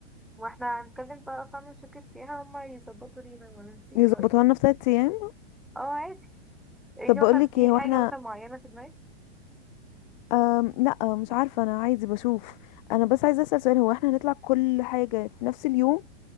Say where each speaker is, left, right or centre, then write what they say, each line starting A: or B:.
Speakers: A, in the centre; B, on the left (about 40°).
A: واحنا هنتكلم بقى فاهمة شركة سياحة هما يظبطوا لينا ولا انتي ايه
B: يظبطوها
A: رأيك؟
B: لنا في تلات ايام
A: اه عادي انتي
B: طب بقولك
A: مثلا في
B: ايه هو
A: حاجة
B: احنا
A: مثلا معينة في دماغك؟
B: أم لا مش عارفة انا عايزة بشوف انا بس عايزة اسأل سؤال هو احنا هنطلع كل حاجة في نفس اليوم